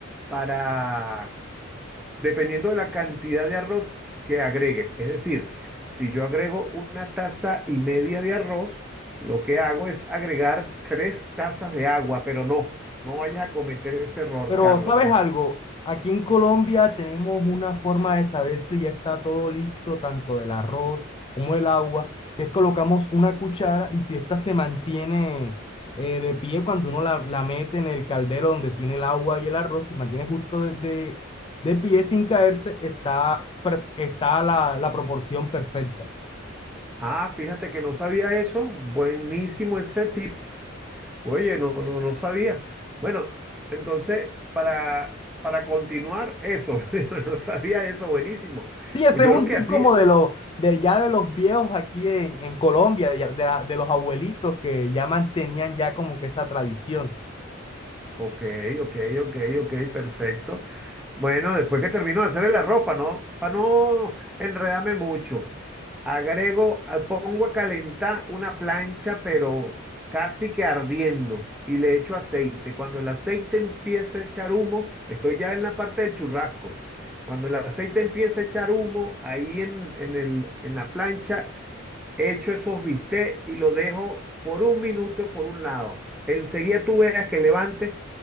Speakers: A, in the centre; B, on the left (about 25°).
A: para dependiendo de la cantidad de arroz que agregue. Es decir, si yo agrego una taza y media de arroz, lo que hago es agregar tres tazas de agua, pero no, no vayas a cometer ese error,
B: Pero,
A: Carlos.
B: ¿sabes
A: Te-
B: algo? Aquí en Colombia tenemos una forma de saber si ya está todo listo, tanto del arroz como el agua, que es colocamos una cuchara y si esta se mantiene eh, de pie cuando uno la, la mete en el caldero donde tiene el agua y el arroz, se mantiene justo de, de, de pie sin caerse, está, per- está la, la proporción perfecta.
A: Ah, fíjate que no sabía eso. Buenísimo ese tips. Oye, no, no, no sabía. Bueno, entonces, para, para continuar eso, <laughs> no sabía eso, buenísimo.
B: Sí, ese
A: Yo
B: es un
A: lo que
B: tic
A: hacía,
B: como de los, de ya de los viejos aquí en, en Colombia, de, ya- de la- de los abuelitos que ya mantenían ya como que esa tradición.
A: Ok, ok, ok, ok, perfecto. Bueno, después que termino de hacerle la ropa, no, para no enredarme mucho, agrego, ah, pongo a calentar una plancha, pero casi que ardiendo, y le echo aceite. Cuando el aceite empiece a echar humo, estoy ya en la parte del churrasco. Cuando el aceite empiece a echar humo, ahí en, en el, en la plancha Echo esos bistecs y lo dejo por un minuto por un lado. Enseguida tú veas que levantes,